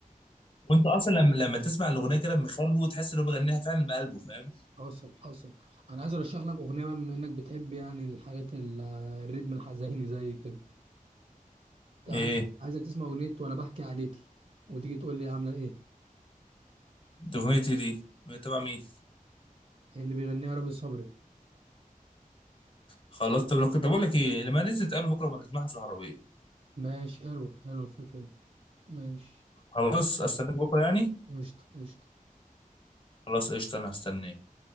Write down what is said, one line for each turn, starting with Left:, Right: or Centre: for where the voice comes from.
Left: وانت اصلا لما, لما تسمع الاغنيه كده بمخارجه وتحس ان هو بيغنيها فعلا بقلبه فاهم
Right: حصل حصل انا عايز ارشح لك اغنيه بقى بما انك بتحب يعني الحاجات ال- الريتم الحزيني زي كده أنت
Left: ايه
Right: عايز- عايزك تسمع اغنيه وانا بحكي عليكي وتيجي تقول لي عامله ايه
Left: دي اغنيتي دي تبع مين
Right: إيه اللي بيغنيها رامي صبري
Left: خلاص طب لو كنت بقول لك ايه لما نزلت قبل بكره ما نسمعها في العربيه
Right: ماشي حلوه حلوه الفكره دي ماشي
Left: خلاص استناك بكره يعني
Right: قشطه قشطه
Left: خلاص قشطه انا هستناك